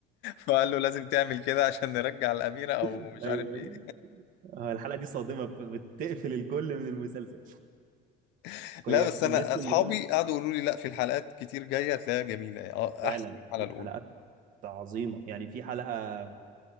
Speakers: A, on the left; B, on the right.
A: فقال له لازم تعمل كده عشان نرجع الأميرة أو
B: <laughs>
A: مش
B: ايوه
A: عارف إيه
B: ايوه آه، الحلقه دي صادمه بت- بتقفل الكل من المسلسل
A: <laughs> لا
B: هي
A: بس
B: ميزته
A: أنا أصحابي
B: ان كل
A: قعدوا يقولوا لي لا في الحلقات كتير جاية هتلاقيها جميلة يعني أه
B: فعلا
A: أحسن من الحلقة
B: في
A: الأولى
B: حلقات عظيمه يعني في حلقه